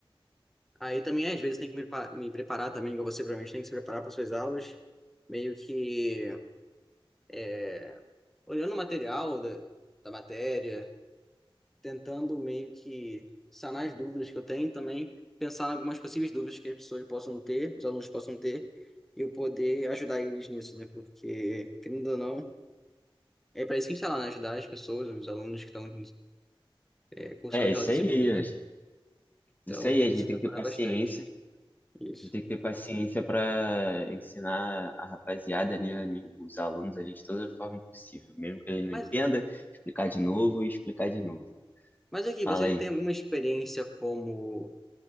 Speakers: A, in the centre; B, on the left (about 20°).
A: Aí também, às vezes, tem que me, pa- me preparar também, igual você provavelmente tem que se preparar para suas aulas, meio que é, olhando o material da, da matéria tentando meio que sanar as dúvidas que eu tenho, e também pensar em algumas possíveis dúvidas que as pessoas possam ter, os alunos possam ter, e eu poder ajudar eles nisso, né? Porque, querendo ou não, é para isso que a gente está lá, né? Ajudar as pessoas, os alunos que estão é, cursando
B: É,
A: aquela
B: isso
A: disciplina.
B: aí, a gente-
A: né? Então,
B: isso aí,
A: tem
B: a gente
A: que se
B: tem
A: preparar
B: que ter paciência.
A: bastante. Isso.
B: A gente tem que ter paciência para ensinar a rapaziada, né, ali, os alunos ali de toda forma possível, mesmo que ele não
A: Mas,
B: entenda, explicar de novo e explicar de novo.
A: mas aqui,
B: Fala
A: você
B: aí.
A: já tem alguma experiência como